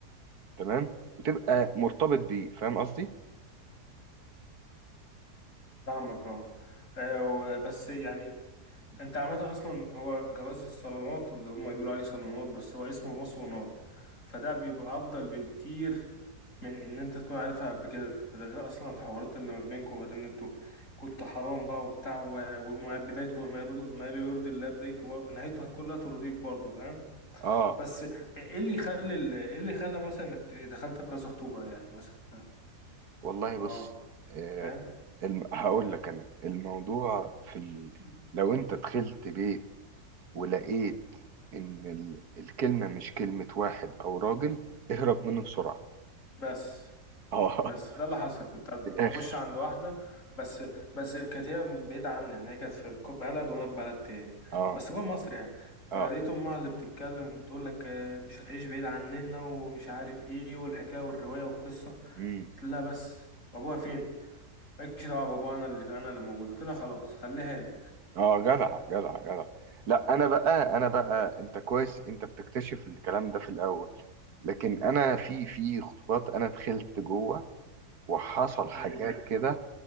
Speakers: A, on the right; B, on the left.
A: تمام وتبقى مرتبط بيه فاهم قصدي
B: فاهمك اه آه، و- بس يعني أنت عامة أصلا هو جواز الصالونات اللي هما بيقولوا عليه صالونات بس هو اسمه مصونات فده بيبقى أفضل بكتير من ان انت تكون عارفها قبل كده ده غير اصلا الحوارات اللي ما بينكم وغير ان انتوا كنت حرام بقى وبتاع و- وما بدايته ما يرضي ما لا يرضي الله بدايته و- نهايته هتكون لا ترضيك برضه فاهم
A: اه
B: بس ايه اللي يخلي ال- ايه اللي خلى مثلا انك ت- دخلت بكذا خطوبة يعني مثلا
A: والله
B: اه
A: بص آه
B: فاهم
A: الم... هقول لك انا الموضوع في ال...
B: <clears throat>
A: لو انت دخلت بيت ولقيت ان ال... الكلمة مش كلمة واحد او راجل اهرب منه بسرعة
B: بس
A: اه
B: بس ده اللي حصل
A: <laughs>
B: كنت كنت
A: من الاخر
B: اخش عند واحده بس بس كانت هي بعيده عني يعني هي كانت في بلد وانا في بلد تاني
A: اه
B: بس جوه مصر يعني فلقيت
A: اه
B: امها اللي بتتكلم وبتقول لك آه، مش هتعيش بعيد عننا ومش عارف ايه والحكايه والروايه والقصه
A: امم
B: قلت لها بس وابوها فين مالكش دعوه بابوها انا اللي انا اللي موجود قلت لها خلاص خليها لك
A: اه جدع جدع جدع لا انا بقى انا بقى انت كويس انت بتكتشف الكلام ده في الاول لكن انا في في خطوبات انا دخلت جوه وحصل حاجات
B: امم
A: كده